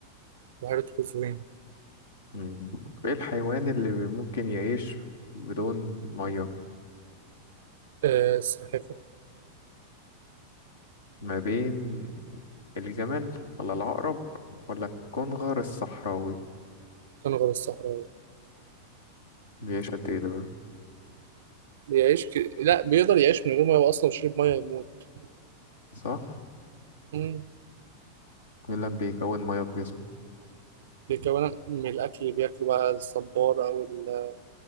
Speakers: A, on the right; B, on the left.
A: بحيرة قزوين
B: مم. طب إيه الحيوان اللي ممكن يعيش بدون مية؟
A: آه، السلحفة
B: ما بين الجمل ولا العقرب ولا الكنغر الصحراوي
A: كنغر الصحراوي
B: بيعيش قد إيه ده بقى؟
A: بيعيش ك... لا بيقدر يعيش من غير مية وأصلا لو شرب مية يموت
B: صح؟
A: مم.
B: بيقول لك بيكون مية في جسمه
A: بيكون من الأكل اللي بياكله بقى الصبار أو ال-